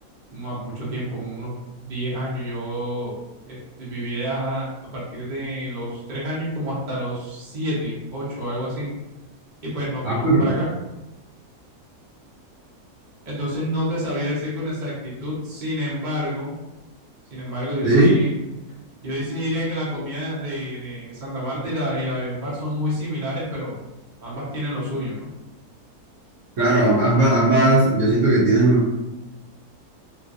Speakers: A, on the right; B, on the right.
A: más mucho tiempo, como unos 10 años. Yo este, vivía a partir de los 3 años como hasta los 7 8 algo así, y pues nos
B: Ah,
A: vinimos
B: pero
A: para acá. Entonces no te sabría decir con exactitud, sin embargo, sin embargo, yo
B: sí,
A: sí, yo sí diría que la comida de, de Santa Marta y la, y la de Valledupar son muy similares, pero ambas tienen lo suyo, ¿no?
B: claro, am- ambas, ambas yo siento que tienen un